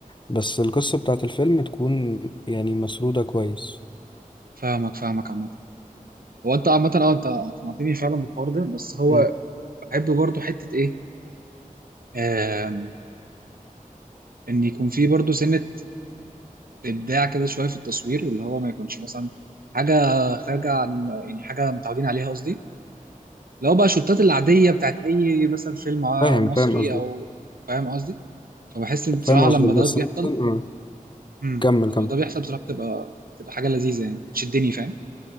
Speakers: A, on the left; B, on the right.
A: بس القصة بتاعت الفيلم تكون يعني مسرودة كويس
B: فاهمك فاهمك عامه هو انت عامه اه انت اقنعتني فعلا بالحوار ده بس هو
A: مم.
B: بحب برضو حته ايه آم، ان يكون في برضو سنه ابداع كده شويه في التصوير اللي هو ما يكونش مثلا حاجه خارجه عن الم- يعني حاجه متعودين عليها قصدي اللي هو بقى الشوتات العاديه بتاعت اي مثلا فيلم آه،
A: فاهم
B: مصري
A: فاهم قصدك
B: او فاهم قصدي فبحس ان
A: فاهم
B: بصراحه
A: قصدك
B: لما
A: بس
B: ده بيحصل
A: مثلا آه،
B: امم
A: كمل
B: لما
A: كمل
B: ده بيحصل بصراحه بتبقى بتبقى حاجه لذيذه يعني بتشدني فاهم